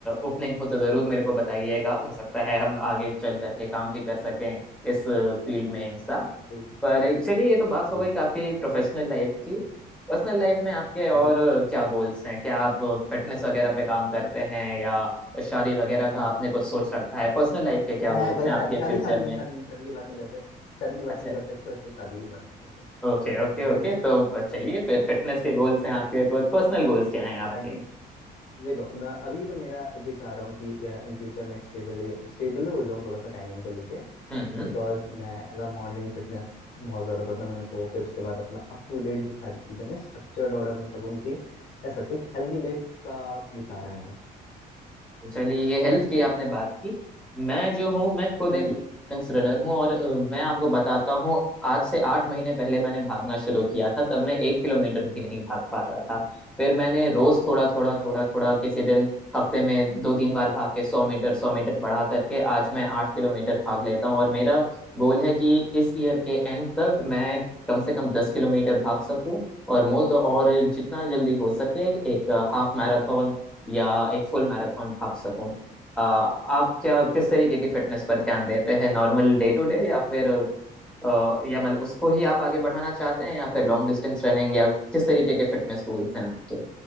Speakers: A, in the centre; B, on the left.
A: ओपनिंग हो तो जरूर मेरे को बताइएगा हो सकता है हम आगे चल करके काम भी कर सकें इस फील्ड में एक साथ
B: ठीक
A: पर चलिए ये तो बात हो
B: ठीक
A: गई काफी प्रोफेशनल लाइफ की पर्सनल लाइफ में आपके
B: हाँ
A: और क्या गोल्स हैं क्या आप फिटनेस वगैरह पे काम करते हैं या शादी वगैरह
B: हाँ
A: का आपने कुछ सोच रखा है पर्सनल लाइफ के क्या
B: आय
A: गोल्स
B: आय भाई
A: हैं आपके
B: शादी शादी
A: फ्यूचर
B: शादी
A: में
B: नहीं शादी नहीं शादी की बात नहीं करते शादी की बात
A: अच्छा
B: नहीं करते अच्छे बच्चे शादी की बात नहीं
A: ओके
B: करते
A: ओके ओके तो
B: <laughs>
A: प- चलिए फिर फिटनेस के गोल्स हैं आपके कुछ पर्सनल गोल्स क्या हैं आपके
B: हाँ ठीक देखो मैं अभी तो मेरा ये चाह रहा हूँ कि इन फ्यूचर मैं एक स्टेबल स्टेबल हो जाऊँ थोड़ा सा टाइमिंग को लेके
A: हम्म हम्म
B: बिकॉज मैं एज अ मॉर्निंग फिटनेस बहुत ज़्यादा पसंद है मेरे को फिर उसके बाद अपना अप टू डेट जो सारी चीज़ें ना स्ट्रक्चर्ड ऑर्डर में सब होनी चाहिए ऐसा तो एक हेल्दी लाइफ का विचार है मेरा
A: तो चलिए ये हेल्थ की आपने बात की मैं जो हूँ मैं खुद
B: हम्म
A: एक डिस्टेंस रनर हूँ और अ, मैं आपको बताता हूँ आज से आठ महीने पहले मैंने भागना शुरू किया था तब मैं एक किलोमीटर भी नहीं भाग पा रहा था फिर मैंने रोज थोड़ा थोड़ा थोड़ा थोड़ा किसी दिन हफ्ते में दो तीन बार भाग के सौ मीटर सौ मीटर बढ़ा करके आज मैं आठ किलोमीटर भाग लेता हूँ और मेरा गोल है कि इस ईयर के एंड तक मैं कम से कम दस किलोमीटर भाग सकूँ और मो- और जितना जल्दी हो सके एक हाफ मैराथन या एक फुल मैराथन भाग सकूं अ, आप क्या किस तरीके की फिटनेस पर ध्यान देते हैं नॉर्मल डे टू डे या फिर अ, या मतलब उसको ही आप आगे बढ़ाना चाहते हैं या फिर लॉन्ग डिस्टेंस रनिंग या किस तरीके के फिटनेस गोल्स हैं आपके